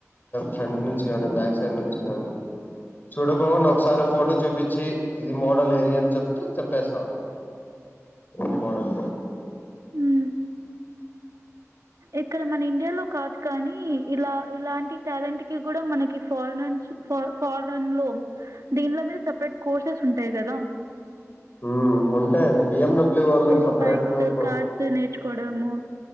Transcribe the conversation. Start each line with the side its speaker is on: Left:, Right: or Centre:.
Left: ఫ్రంట్ నుంచి గాని బ్యాక్ సైడ్ నుంచి గాని చూడుకోకుండా ఒకసారి ఫోటో చూపించి ఇది మోడల్ ఏది అని చెప్తే చెప్పేస్తా ఈ మోడల్
Right: ఊ ఇక్కడ మన ఇండియాలో కాదు కానీ ఇలా ఇలాంటి టాలెంట్ కి గూడా మనకి ఫారిన్ నించి ఫా ఫారెన్ లో దీన్ల మీద సపరేట్ కోర్సెస్ ఉంటాయి గదా
Left: ఉమ్ ఉంటాయండి బిఎండబ్ల్యూ వాళ్ళు
Right: ఇది
Left: సపరేట్
Right: బైక్స్
Left: గా ఒక
Right: కార్స్ నేర్చు కొడము